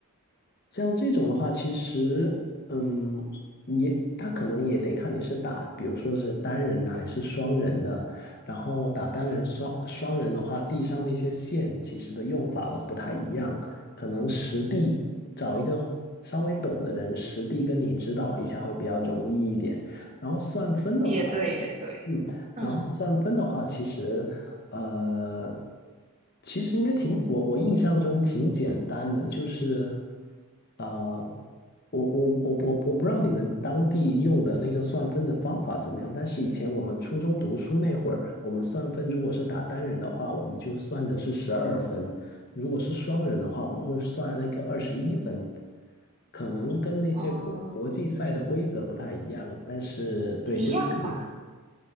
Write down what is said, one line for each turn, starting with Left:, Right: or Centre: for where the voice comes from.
Left: 像这种的话，其实，嗯，也他可能也得看你是打，比如说是单人的还是双人的。然后打单人双双人的话，地上那些线其实的用法都不太一样，可能实地找一个稍微懂的人实地跟你指导一下会比较容易一点。然后算分的话，
Right: 也对，也对，
Left: 嗯，
Right: 嗯，
Left: 然后算分的话，其实，呃，其实应该挺，我我印象中挺简单的，就是，呃，我我我我我不知道你们当地用的那个算分的方法怎么样，但是以前我们初中读书那会儿，我们算分如果是打单人的话，我们就算的是十二分；如果是双人的话，我们会算那个二十一分。可能跟那些国国际赛的规则不太一样，
Right: 哦，
Left: 但是对，
Right: 一样吧，
Left: 就是看你。